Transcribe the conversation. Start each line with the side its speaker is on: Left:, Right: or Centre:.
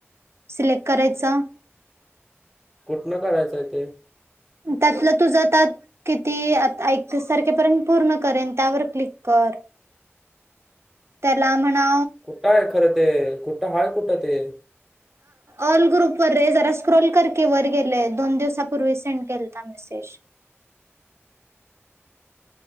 Right: सिलेक्ट करायचं.
Centre: कुठनं करायचं आहे ते?
Right: त्यातलं तुझं आतात किती आता एकतीस तारखेपर्यंत पूर्ण करेन त्यावर क्लिक कर. त्याला म्हणा
Centre: कुठं हाय खर ते, कुठं हाय कुठं ते?
Right: ऑल ग्रुप वर रे, जरा स्क्रोल कर की वर गेलेय दोन दिवसापूर्वी सेंड केलता. हा मेसेज